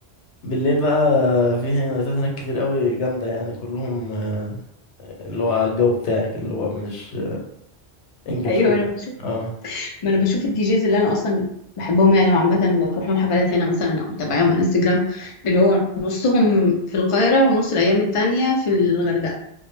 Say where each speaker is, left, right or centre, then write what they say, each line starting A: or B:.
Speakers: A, on the left; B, on the left.
A: بالليل بقى في نايتات هناك كتير قوي جامدة يعني كلهم آه، اللي هو الجو بتاعك اللي هو مش انجلش
B: <laughs> ايوه
A: كله
B: انا بشوف
A: اه
B: ما انا بشوف الدي جيز اللي انا اصلا بحبهم يعني وعامة بروح لهم حفلات هنا مثلا او بتابعهم على انستجرام اللي هو نصهم في القاهرة ونص الايام التانية في الغردقة